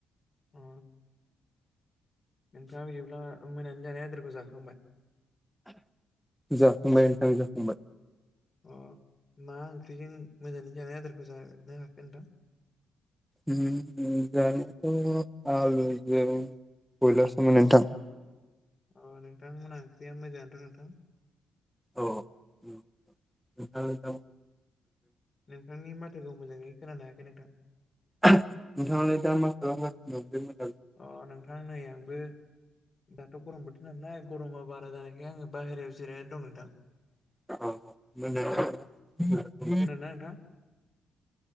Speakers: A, on the left; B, in the centre.
A: आ नोंथाङा बिदिब्ला मोनानि जानाय आदारखौ जाखांबाय?
B: जाखांबाय नोंथां जाखांबाय।
A: अ मा ओंख्रिजों मोनानि जानाय आदारखौ जानो हाखो नोंथां?
B: उम उम जाहाथ' आलुजों बयलारसोमोन नोंथां।
A: अ नोंथांमोनहा ओंख्रिया मोजाङानथ' नोंथां।
B: औ नोंथां नोंथां
A: नोंथांनि माथोखौ मोजाङै खोनानो हायाखै नोंथां।
B: नोंथांआलाय दा मा खालामगासिनो <unintelligible>
A: अ नोंथां नै आंबो दाथ' गरम बोथोर नालाय गरमा बारा जानायखाय आङो बाहेरायाव जिरायनानै दं नोंथां।
B: <unintelligible>
A: खोनादोंना नोंथां?